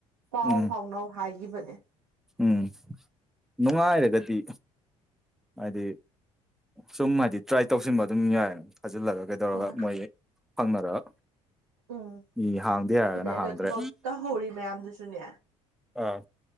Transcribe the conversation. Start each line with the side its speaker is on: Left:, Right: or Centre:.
Right: ꯄꯥꯎ
Centre: ꯎꯝ
Right: ꯐꯥꯎꯅꯧ ꯍꯥꯏꯈꯤꯕꯅꯦ
Centre: ꯎꯝ ꯅꯨꯡꯉꯥꯏꯔꯒꯗꯤ ꯍꯥꯏꯗꯤ ꯁꯨꯝ ꯍꯥꯏꯗꯤ ꯇ꯭ꯔꯥꯏ ꯇꯧꯁꯤꯟꯕ ꯑꯗꯨꯝ ꯌꯥꯏ ꯐꯖꯤꯜꯂꯒ ꯀꯩꯗꯧꯔꯒ
Right: ꯍꯣꯏ
Centre: ꯃꯣꯏ ꯐꯪꯅꯔꯒ
Right: ꯎꯝ
Centre: ꯃꯤ ꯍꯥꯡꯗꯦ ꯍꯥꯏꯔꯒꯅ
Right: ꯑꯗꯩ ꯑꯗꯣ
Centre: ꯍꯥꯡꯗ꯭ꯔꯦ
Right: ꯊꯕꯛ ꯇꯧꯍꯧꯔꯤ ꯃꯌꯥꯝꯗꯨꯁꯨꯅꯦ
Centre: ꯑꯥ